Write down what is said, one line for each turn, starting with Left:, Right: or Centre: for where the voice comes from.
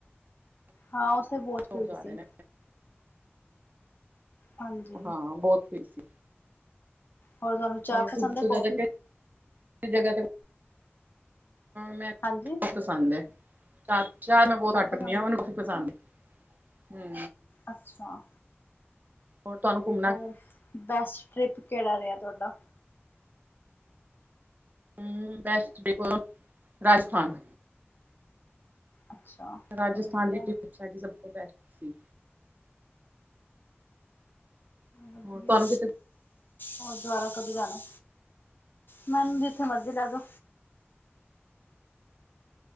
Left: ਹਾਂ ਉੱਥੇ ਬਹੁਤ
Right: ਲੋਕ
Left: ਭੀੜ
Right: ਜਾ
Left: ਸੀ
Right: ਰਹੇ ਨੇ
Left: ਹਾਂਜੀ
Right: ਹਾਂ ਬਹੁਤ ਭੀੜ ਸੀ
Left: ਹੋਰ ਤੁਹਾਨੂੰ ਚਾਹ
Right: ਹੋਰ
Left: ਪਸੰਦ
Right: ਤੁਸੀ
Left: ਹੈ ਕੌਫੀ
Right: ਜ਼ਿਆਦਾ ਤੇ ਜਗਹ ਤੇ ਮੈਂ
Left: ਹਾਂਜੀ
Right: ਪਸੰਦ ਹੈ। ਚਾਹ-ਚਾਹ ਮੈਂ ਬਹੁਤ
Left: ਸਭ
Right: ਘਟ
Left: ਪਸੰਦ
Right: ਪੀਦੀਂ ਆ, ਮੈਨੂੰ
Left: ਹੈ
Right: ਕਾਫ਼ੀ ਪਸੰਦ ਹੈ।
Left: ਅੱਛਾ
Right: ਹੋਰ ਤੁਹਾਨੂੰ ਘੁੰਮਣਾ
Left: ਉ ਫ ਬੈਸਟ ਟ੍ਰਿਪ ਕੇਹੜਾ ਰੇਹਾ ਤੁਹਾਡਾ।
Right: ਹੂੰ ਬੈਸਟ ਦੇਖੋ ਰਾਜਸਥਾਨ।
Left: ਅੱਛਾ
Right: ਰਾਜਸਥਾਨ
Left: ਚਲੋ ਵਧੀਆ
Right: ਦੀ ਟ੍ਰੀਪ ਸਾਡੀ ਸਭ ਤੋਂ ਬੈਸਟ ਸੀ।
Left: ਵਧੀਆ।
Right: ਹੋਰ ਤੁਹਾਨੂੰ ਕਿਤੇ
Left: ਹੋਰ ਦੁਬਾਰਾ ਕਦੋ ਜਾਣਾ, ਮੈਨੂੰ ਜਿੱਥੇ ਮਰਜ਼ੀ ਲੈ ਜੋ।